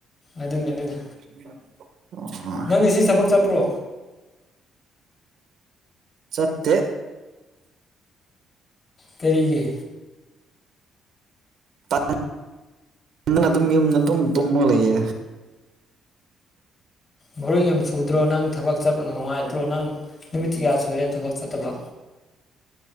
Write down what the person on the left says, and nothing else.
ꯑꯗꯨꯅꯅꯦꯗ
ꯅꯪ ꯑꯁꯤ ꯊꯕꯛ ꯆꯠꯄ꯭ꯔꯣ
ꯀꯔꯤꯒꯤ
ꯕꯣꯔꯤꯡ ꯌꯥꯝ ꯆꯨꯗ꯭ꯔꯣ ꯅꯪ ꯊꯕꯛ ꯆꯠꯄꯅꯥ ꯅꯨꯡꯉꯥꯏꯇ꯭ꯔꯣ ꯅꯪ ꯅꯨꯃꯤꯠ ꯀꯌꯥ ꯁꯨꯔꯦ ꯊꯕꯛ ꯆꯠꯇꯕ